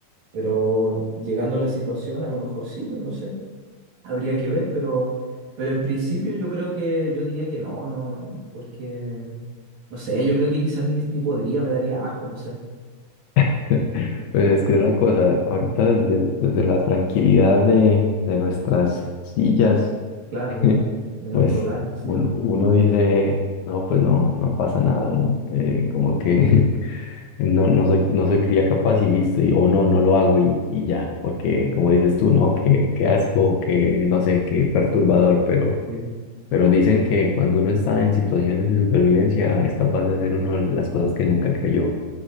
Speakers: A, on the right; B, on the left.
A: pero llegando a la situación, a lo mejor sí, pues, no sé, habría que ver, pero, pero en principio yo creo que, yo diría que no, no, porque, no sé, yo creo que quizás ni, ni podría, me daría asco, no sé,
B: <laughs> Pues es que es la cosa, ahorita desde, desde la tranquilidad de, de nuestras sillas,
A: claro,
B: <laughs>
A: de, de nuestro
B: pues
A: hogar, sí,
B: uno,
A: pues,
B: uno dice, no, pues no, no pasa nada, ¿no? Eh, como que <laughs> no, no soy, no soy cría capaz y listo, y, o no, no lo hago y, y ya, porque como dices tú, ¿no? qué qué asco, que no sé, qué perturbador, pero,
A: sí, pues.
B: pero dicen que cuando uno está en situaciones de supervivencia es capaz de hacer una de las cosas que nunca creyó